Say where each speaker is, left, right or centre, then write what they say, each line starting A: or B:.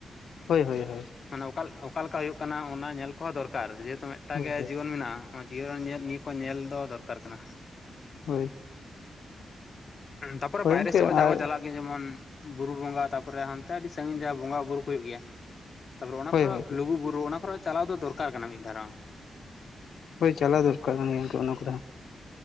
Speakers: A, on the left (about 75°); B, on the left (about 35°).
A: ᱦᱳᱭ ᱦᱳᱭ ᱦᱳᱭ
B: ᱢᱟᱱᱮ ᱚᱠᱟ ᱚᱠᱟ ᱞᱮᱠᱟ ᱦᱩᱭᱩᱜ ᱠᱟᱱᱟ ᱚᱱᱟ ᱧᱮᱞ ᱠᱚᱦᱚᱸ ᱫᱚᱨᱠᱟᱨ ᱡᱮᱦᱮᱛᱩ ᱢᱤᱫᱴᱟᱜ
A: ᱦᱳᱭ
B: ᱜᱮ
A: ᱦᱳᱭ
B: ᱡᱤᱭᱚᱱ ᱢᱮᱱᱟᱜᱼᱟ, ᱟ ᱡᱤᱭᱚᱱ ᱧᱮᱞ ᱱᱤᱭᱟᱹ ᱠᱚ ᱧᱮᱞ ᱫᱚ ᱫᱚᱨᱠᱟᱨ ᱠᱟᱱᱟ᱾
A: ᱦᱳᱭ᱾
B: ᱛᱟᱯᱚᱨᱮ ᱵᱟᱭᱨᱮ
A: ᱜᱚᱝᱠᱮ
B: ᱥᱮᱫ
A: ᱟᱨ
B: ᱚ ᱡᱟᱠᱚ ᱪᱟᱞᱟᱜ ᱜᱮ ᱡᱮᱢᱚᱱ ᱵᱩᱨᱩ ᱵᱚᱸᱜᱟ ᱛᱟᱯᱚᱨᱮ ᱦᱟᱸᱱᱛᱮ ᱟᱹᱰᱤ ᱥᱟᱹᱜᱤᱧ ᱡᱟᱦᱟᱸ ᱵᱚᱸᱜᱟ ᱵᱩᱨᱩ ᱠᱚ ᱦᱩᱭᱩᱜ ᱜᱮᱭᱟ᱾ ᱛᱟᱯᱚᱨᱮ ᱚᱱᱟ
A: ᱦᱳᱭ
B: ᱠᱚᱨᱮ
A: ᱦᱳᱭ
B: ᱞᱩᱜᱩ ᱵᱩᱨᱩ ᱚᱱᱟ ᱠᱚᱨᱮ ᱪᱟᱞᱟᱣ ᱫᱚᱨᱠᱟᱨ ᱠᱟᱱᱟ ᱢᱤᱫ ᱫᱷᱟᱣ ᱨᱮᱦᱚᱸ᱾
A: ᱦᱳᱭ ᱪᱟᱞᱟᱣ ᱫᱚᱨᱠᱟᱨ ᱠᱟᱱ ᱜᱮᱭᱟ ᱜᱚᱝᱠᱮ ᱚᱱᱟ ᱠᱚᱨᱮ ᱦᱚᱸ᱾